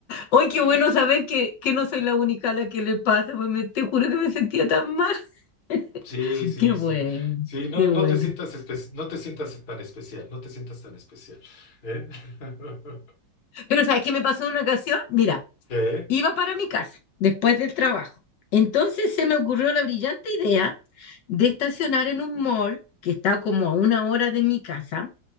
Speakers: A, on the left; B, on the left.
A: ¡Ay, qué bueno saber que, que no soy la única a la que le pasa! Pues me- te juro que me sentía tan mal. <laughs>
B: Sí, sí,
A: ¡Qué bueno!
B: sí. Sí, no,
A: ¡Qué bueno!
B: no te sientas espe- no te sientas tan especial, no te sientas tan especial. ¿Eh? <laughs>
A: Pero ¿sabes qué me pasó en una ocasión? Mira,
B: ¿Qué?
A: iba para mi casa después del trabajo. Entonces se me ocurrió la brillante idea de estacionar en un mall que está como a una hora de mi casa